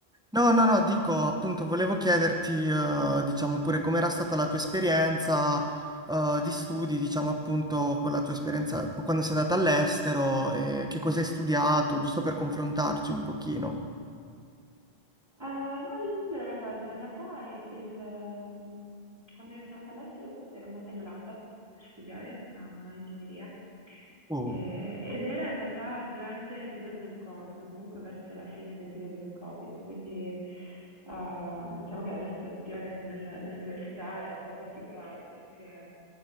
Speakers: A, in the centre; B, on the right (about 25°).
A: No, no, no, dico, appunto, volevo chiederti, eh, diciamo pure com'era stata la tua esperienza, eh, di studi, diciamo appunto, con la tua esperienza quando sei andata all'estero e che cosa hai studiato, giusto per confrontarci un pochino.
B: Eh, ma allora, guarda, in realtà i il mhmm, quando io sono andata all'estero s ero andata in Olanda per studiare a ingegneria,
A: Oh,
B: ehm, ed era in realtà durante il periodo del Covid, o comunque verso la fine del periodo del Covid, quindi, uhm, diciamo che la mia situazione nel nell'università era un po' particolare perché